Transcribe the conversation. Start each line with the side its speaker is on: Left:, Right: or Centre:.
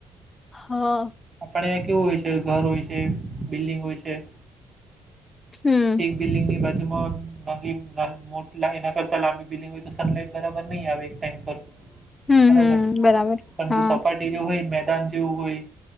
Left: હા
Right: આપણે અહીંયા કેવું હોય છે, ઘર હોય છે, બિલ્ડિંગ હોય છે
Left: હમ
Right: એક બિલ્ડિંગની જેમાં <unintelligible> મોટી એના કરતા લાંબી બિલ્ડીંગ હોય તો સનલાઈટ બરાબર નહી આવે, એક ટાઈમ પર
Left: હમ
Right: બરાબર,
Left: હમ બરાબર
Right: પણ જો
Left: હા
Right: સપાટી જો હોય મે દં જું હોઈ